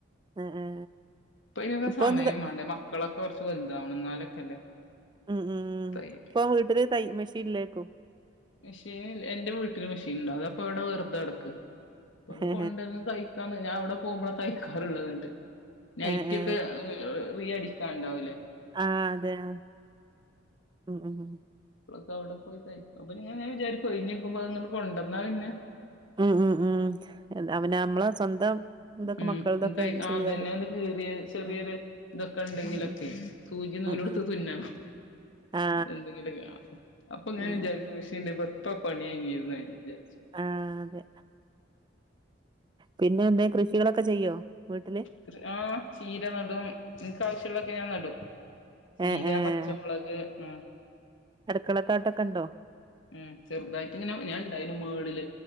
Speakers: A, on the right (about 25°); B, on the left (about 80°).
A: ഏ ഏ
B: ഇപ്പം അയ്നൊക്കെ
A: ഇപ്പൊ
B: സമയം
A: ഒന്ന് ത-
B: മാണ്ടേ മക്കളൊക്കെ കൊറച്ച് വലുതാവണം എന്നാലൊക്കെല്ലേ
A: ഉം ഊം
B: തയ്യ
A: ഇപ്പം വീട്ടില് തൈ മിഷീല്ലേയ്ക്കും
B: മെഷീൻ എന്റെ വീട്ടിൽ മെഷീൻണ്ട് അതപ്പൊ അവടെ വെറുതെ കടക്ക അപ്പം അത്
A: ഏ
B: കൊണ്ടന്ന് തൈ ക്കാൻ ഞാൻ അവിടെ പോകുമ്പള തയ്ക്കാറ്ള്ളത് ന്നട്ട് നൈറ്റ്യൊക്കെ
A: ഏ ഏ
B: ഉം റീ അടിക്കാണ്ടാവുലേ
A: ആഹ് അതെ അഹ ഉം ഉം ഉം
B: ഇപ്പളൊക്കെ അവടെ പോയി തയ്ക്കാൻ പറ്റൊ പിന്നെ ഞാൻ വിചാരിക്കും ഒഴിഞ്ഞ്ക്കുമ്പം അതൊന്ന് ങ്ങട്ട് കൊണ്ടന്നാ പിന്നെ
A: ഉം ഉം ഉം അവന നമ്മള സ്വന്തം ഇതൊക്കെ
B: ഉം
A: മക്കളതൊക്കെ
B: തയ്
A: ഒന്ന്
B: അതന്നെ
A: ചെയ്താല്
B: ഒന്ന് കീറിയ ചെറിയൊരു
A: ഉം
B: ഇതൊക്കെ ഇണ്ടെങ്കിലൊക്കെ.
A: ഉം ഉം
B: സൂചി നൂലുടുത്ത്
A: ഉം ഉം.
B: തുന്നണം.
A: ആ
B: എന്തെങ്കിലൊക്കെ അപ്പൊങ്ങനെ
A: ഉം
B: വിചാരിക്കും
A: ഉം.
B: മിഷ് ൻ്റെ ബെത്തൊപണിയായിര്ന്ന് വിചരിച്ച്.
A: ആതെ പിന്നെന്തേ കൃഷികളൊക്കെ ചെയ്യോ വീട്ടില്.
B: കൃ ആഹ് ചീര നടും ഇൻക്ക് ആവശ്യള്ളൊക്കെ ഞാൻ നടും. ചീര,
A: ഏ ഏ
B: പച്ചമുളക് ആഹ്
A: അടുക്കളത്തോട്ടൊക്കെ ഉണ്ടോ
B: ഉഹ് ചെറുതായിട്ടിങ്ങനെ ഞാൻ ഇണ്ടായിന് മേളില്